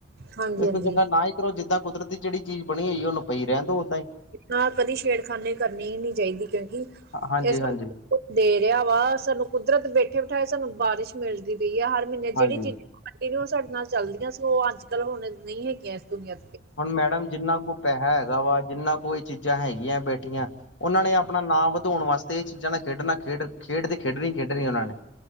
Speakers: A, on the right (about 55°); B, on the left (about 75°).
A: ਹਾਂਜੀ
B: ਇਸ
A: ਹਾਂਜੀ।
B: ਕਰਕੇ ਨਾ ਈ ਕਰੋ ਜਿੱਦਾਂ ਕੁਦਰਤੀ ਜੇੜੀ ਬਣੀ ਹੋਈ ਓਨੂੰ ਪਈ ਰੈਣ ਦੋ ਓਦਾਂ ਈ।
A: ਹਾਂ ਕਦੀ ਛੇੜਖਾਨੇ ਕਰਨੀ ਈ ਨੀ ਚਾਈਦੀ ਕਿਉਂਕੀ
B: ਹਾਂਜੀ
A: ਇਸ
B: ਹਾਂਜੀ
A: ਦੇ ਰੇਆ ਵਾ ਸਾਨੂੰ ਕੁਦਰਤ ਬੈਠੇ ਬੈਠਾਏ ਸਾਨੂੰ ਬਾਰਿਸ਼ ਮਿਲਦੀ ਪਈ ਆ ਹਰ ਮੀਨੇ
B: ਹਾਂਜੀ।
A: ਜੇੜੀ ਚੀਜ਼ ਕੰਟੀਨਿਊ ਸਾਡੇ ਨਾਲ ਚੱਲਦੀਆਂ ਸੀ ਓ ਅੱਜ-ਕੱਲ ਹੁਣ ਨਹੀਂ ਹੈਗੀਆਂ ਇਸ ਦੁਨੀਆਂ
B: ਹੁਣ ਮੈਡਮ ਜਿੰਨਾ ਕੋ ਪੈਹਾ ਹੈਗਾ ਵਾ ਜਿੰਨਾ ਕੋ ਇਹ ਚੀਜ਼ਾਂ ਹੈਗੀਆਂ ਬੈਠੀਆਂ ਓਨਾਂ ਨੇ ਆਪਣਾ ਨਾਂ ਵਧਾਉਣ ਵਾਸਤੇ ਏ ਚੀਜ਼ਾਂ ਨਾਲ ਖੇਡਣਾ ਖੇਡ-ਖੇਡ ਤੇ ਖੇਡਣੀ ਖੇਡਣੀ ਓਨਾਂ ਨੇ।